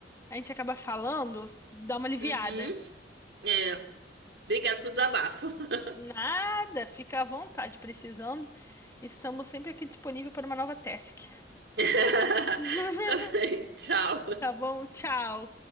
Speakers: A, on the left; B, on the right.
A: a gente acaba falando, dá uma aliviada.
B: Uhum. É, obrigado pelo desabafo. <laughs>
A: Nada, fica à vontade, precisando. Estamos sempre aqui disponível para uma nova task.
B: <laughs>
A: <laughs>
B: Também, tchau.
A: Tá bom? Tchau.